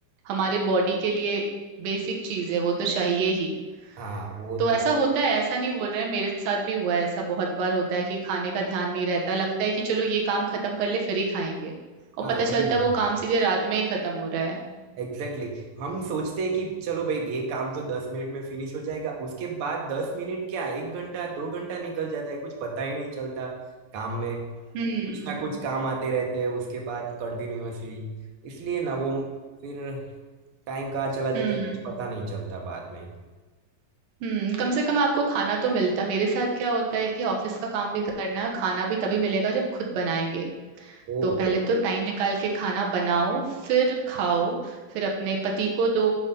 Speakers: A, on the right; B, on the right.
A: हमारे बॉडी के लिए बेसिक चीज है वो तो चाहिए ही
B: हाँ वो
A: तो ऐसा
B: तो
A: होता है ऐसा नहीं बोल रहे हैं मेरे साथ भी हुआ है ऐसा बहुत बार होता है कि खाने का ध्यान नहीं रहता लगता है कि चलो ये काम खत्म कर ले फिर ही खाएंगे और
B: हाँ
A: पता चलता
B: वही होता
A: है वो
B: है।
A: काम सीधे रात में ही खत्म हो रहा है
B: Exactly exactly. हम सोचते हैं कि चलो भाई ये काम तो दस मिनट में फिनिश हो जाएगा उसके बाद दस मिनट क्या एक घंटा दो घंटा निकल जाता है कुछ पता ही नहीं चलता काम में
A: हम्म
B: कुछ ना कुछ काम आते रहते हैं उसके बाद कंटिन्यूअसली इसलिए ना वो फिर टाइम कहाँ चला जाता
A: हम्म
B: है कुछ पता नहीं चलता बाद में
A: हम्म कम से कम आपको खाना तो मिलता मेरे साथ क्या होता है कि ऑफिस का काम भी करना है खाना भी तभी मिलेगा जब खुद बनाएंगे
B: ओ
A: तो पहले तो टाइम निकाल के खाना बनाओ फिर खाओ फिर अपने पति को दो